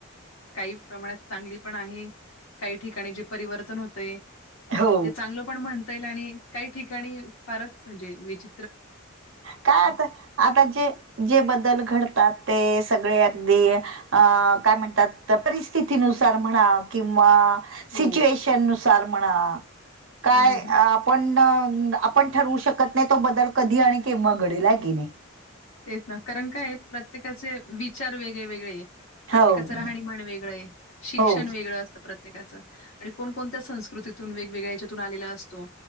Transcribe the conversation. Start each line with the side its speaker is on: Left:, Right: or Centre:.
Left: काही प्रमाणात चांगली पण आहे काही ठिकाणी जे परिवर्तन होतेय
Right: हो
Left: ते चांगलं पण म्हणता येईल आणि काही ठिकाणी फारच म्हणजे विच
Right: काय आता आता जे जे बदल घडतात ते सगळे अगदी अ काय म्हणतात परिस्थितीनुसार म्हणा किंवा
Left: हो.
Right: सिच्युएशन नुसार म्हणा काय
Left: हं, हं, हं.
Right: आ पण आपण ठरवू शकत नाही तो बदल कधी आणि केव्हा घडेल हाय की नी.
Left: तेच ना कारण काय प्रत्येकाचे विचार वेगळे वेगळे ये प्रत्येकाच
Right: हो
Left: राहनि मान वेगळं शिक्षण
Right: हो
Left: वेगळं अस प्रत्येकाचं आणि कोणकोणत्या संस्कृतीतून वेगवेगळ्याच्या यांच्यातून आलेलं अस तो